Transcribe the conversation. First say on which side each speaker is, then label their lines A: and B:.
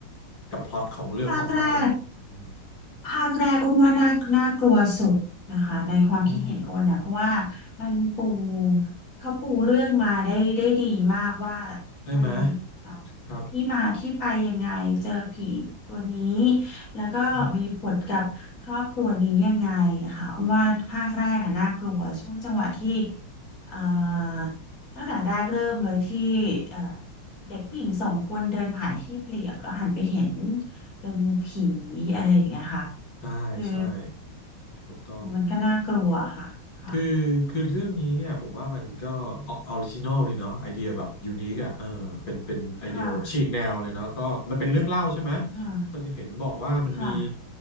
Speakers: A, on the left; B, on the left.
A: กับพล็อตของเรื่องของภาคแรกอืม
B: ภาคแรก ภาคแรกอ้นว่าน่าน่ากลัวสุดนะคะในความคิดเห็นอ้นนะเพราะว่า
A: ได้ไหม
B: มันปูเขาปูเรื่องมาได้ได้ดีมากว่า
A: ได้ไหม
B: มันเอ่อมีที่มาที่ไปยังไงเจอผีตัวนี้
A: ครับ
B: แล้วก็มีผลกับครอบครัวนี้ยังไงค่ะอ้นว่าภาคแรกอะน่ากลัวช่วงจังหวะที่
A: อืม
B: เอ่อตั้งแต่แรกเริ่มเลยที่เอ่อเด็กผู้หญิงสองคนเดินผ่านที่เปลี่ยวแล้วหันไปเห็นเป็นผีอะไรอย่างเงี้ยค่ะ
A: ใช่ใช่
B: คือ
A: ถูกต้อง
B: มันก็น่ากลัวค่ะค่ะ
A: คือคือเรื่องนี้เนี่ยผมว่ามันก็ออริจินอลดีเนาะไอเดียแบบยูนิคอ่ะเออเป็นเป็นไอเดียแบบฉีกแนวเลยเนาะก็มันเป็นเรื่องเล่าใช่ไหม
B: ค่ะอ่า
A: เราจะเห็นบอกว่ามันมี
B: ค่ะ